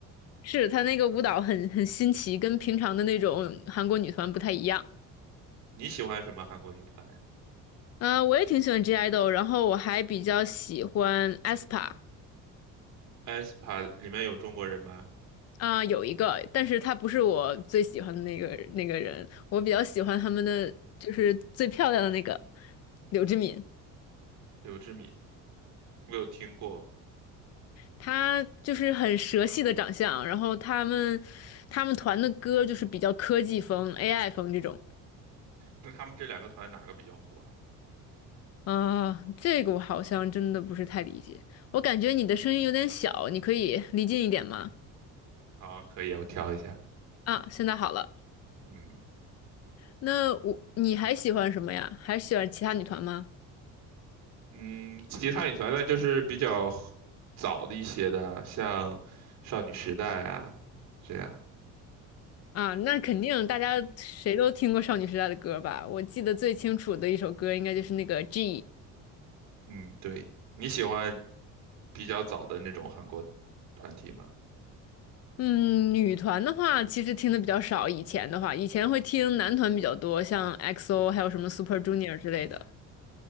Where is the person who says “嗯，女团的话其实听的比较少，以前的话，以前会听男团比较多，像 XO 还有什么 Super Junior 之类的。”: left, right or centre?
Left